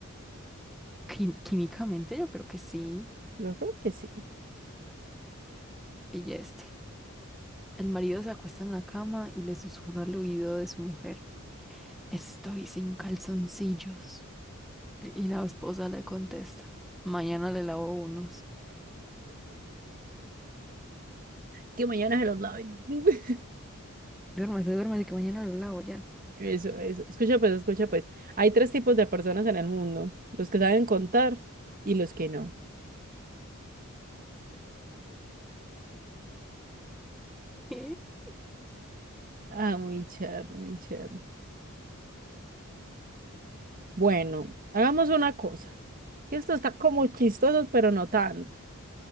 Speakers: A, in the centre; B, on the right (about 40°).
A: Quim- Químicamente yo creo que sí,
B: yo creo que sí.
A: pillaste. El marido se acuesta en la cama y le susurra al oído de su mujer, Estoy sin calzoncillos. Y y la esposa le contesta, Mañana le lavo unos.
B: Que mañana se los laven. <laughs>
A: Duérmase, duérmase, que mañana lo lavo ya.
B: Eso, eso. Escucha pues, escucha pues. Hay tres tipos de personas en el mundo, los que saben contar y los que no.
A: <laughs>
B: Ah, muy charro, muy charro. Bueno, hagamos una cosa. que Esto está como chistoso, pero no tanto.